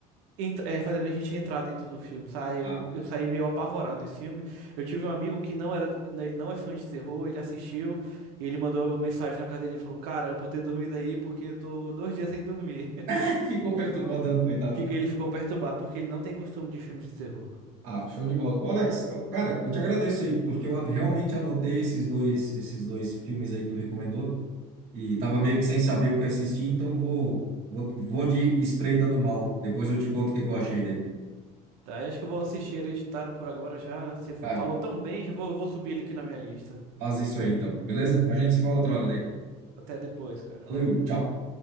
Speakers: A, on the right (about 85°); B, on the right (about 60°).
A: entra- é, fazendo a gente entrar dentro do filme, sabe? Eu,
B: Ah.
A: eu saí meio apavorado desse filme. Eu tive um amigo que não era, né, ele não é fã de terror, ele assistiu e ele mandou mensagem na casa dele e falou: Cara, era pra eu ter dormido aí porque eu tô dois dias sem dormir. <laughs>
B: <laughs> Ficou perturbadão, coitado.
A: Fica- Ele ficou perturbado porque ele não tem costume de filme de terror.
B: Ah, show de bola. Ô, Alex, eu- cara, eu te agradeço aí, porque eu realmente anotei esses dois, esses dois filmes aí que tu recomendou e tava meio que sem saber o que assistir, então vou, vou, vou de Espreita do Mal. Depois eu te conto o que que eu achei daí.
A: Tá, e acho que eu vou assistir Hereditário por agora já. Você
B: Cara,
A: falou tão bem, já vou, vou subir ele aqui na minha lista.
B: faz isso aí então, beleza? A gente se fala outra
A: Beleza.
B: hora daí.
A: Até depois, cara.
B: Valeu, tchau.